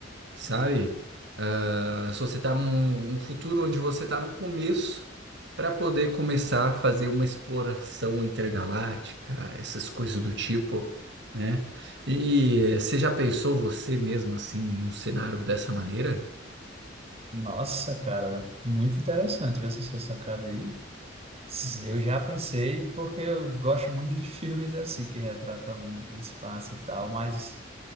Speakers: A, on the right (about 65°); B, on the right (about 30°).
A: sabe? Ah, se você está num um futuro onde você está no começo, para poder começar a fazer uma exploração intergaláctica, essas coisas do tipo, né? E você já pensou você mesmo assim num cenário dessa maneira?
B: Nossa, cara, muito interessante ver essa sua sacada aí. S-
A: Hum.
B: Eu já pensei, porque eu gosto muito de filmes assim, que retratam o espaço e tal, mas,